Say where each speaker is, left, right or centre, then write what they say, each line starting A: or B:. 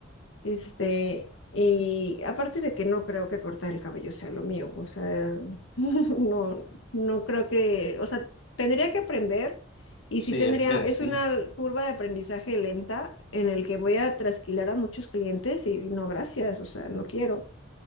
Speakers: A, on the left; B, on the left.
A: este, y aparte de que no creo que cortar el cabello sea lo mío, o sea, <laughs> no, no creo que, o sea, tendría que aprender y sí
B: Sí,
A: tendría,
B: es que
A: es
B: sí.
A: una curva de aprendizaje lenta en el que voy a trasquilar a muchos clientes y no, gracias, o sea, no quiero.